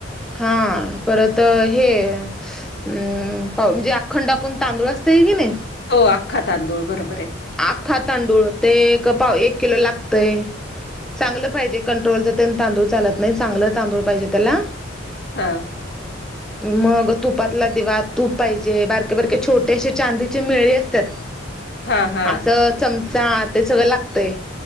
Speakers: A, in the centre; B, on the left.
A: हां परंत हे हम्मं पां म्हणजे अखंड आपणं तांदूळ असतेई कि नाहीं
B: हो आख्खां तांदूळ बरोबर आहे
A: आख्खां तांडूळ ते पाव एक किलो लागतंय चांगलं पाहिजे कंट्रोलच ते तांदूळ चालतं नाहीं चांगलं तांदूळ पाहिजे त्यांला
B: हां
A: मंग तुपांतला दिवा तूंप पाहिजे बारके बारके छोटे असे चांदीचे मेळे असतांत
B: हां हां.
A: असं चमचां ते सगळं लागतंय